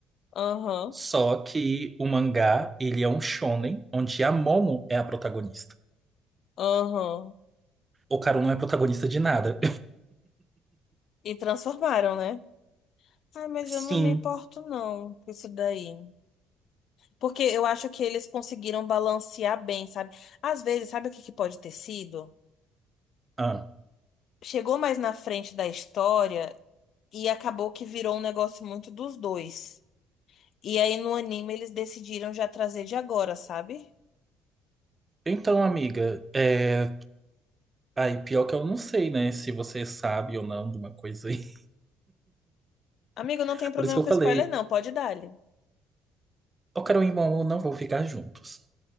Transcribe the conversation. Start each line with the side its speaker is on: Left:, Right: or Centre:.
Left: Aham,
Right: Só que o mangá, ele é um shonen onde a Momo é a protagonista.
Left: aham.
Right: O Okarun não é protagonista de nada.
Left: E transformaram, né? Ah, mas
Right: <laughs> Sim.
Left: eu não me importo, não, com isso daí. Porque eu acho que eles conseguiram balancear bem, sabe? Às vezes, sabe o que que pode ter sido?
Right: Ah.
Left: Chegou mais na frente da história e acabou que virou um negócio muito dos dois. E aí no anime eles decidiram já trazer de agora, sabe?
Right: Então, amiga, é... aí pior que eu não sei, né, se você sabe ou não de uma coisa aí.
Left: Amigo,
Right: <laughs>
Left: não tem problema
Right: Por isso que eu
Left: com
Right: falei,
Left: spoiler, não, pode dar-lhe.
Right: Okarun e Momo não vão ficar juntos.